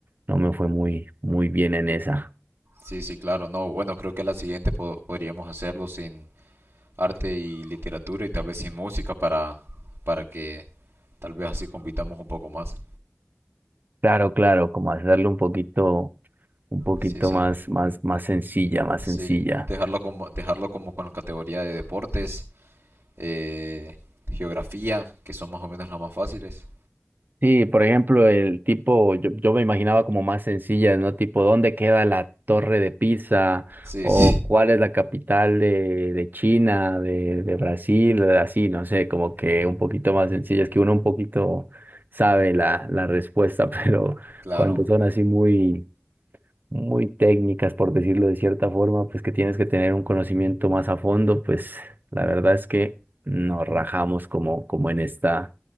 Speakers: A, on the right; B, on the right.
A: no me fue muy, muy bien en esa.
B: Sí, sí, claro. No, bueno, creo que la siguiente po- podríamos hacerlo sin arte y literatura y tal vez sin música para, para que tal vez así compitamos un poco más.
A: Claro, claro, como hacerlo un poquito, un poquito
B: Sí, sí.
A: más, más, más sencilla, más
B: Sí,
A: sencilla.
B: dejarlo como, dejarlo como con la categoría de deportes, eh, geografía, que son más o menos las más fáciles.
A: Sí, por ejemplo, el tipo, yo, yo me imaginaba como más sencilla, ¿no? Tipo, ¿dónde queda la Torre de Pisa?
B: Sí,
A: O
B: <laughs> sí,
A: cuál es la capital de, de China, de, de Brasil, así, no sé, como que un poquito más sencilla. Es que uno un poquito sabe la, la respuesta, <laughs> pero
B: claro.
A: cuando son así muy, muy técnicas, por decirlo de cierta forma, pues que tienes que tener un conocimiento más a fondo, pues la verdad es que nos rajamos como, como en esta,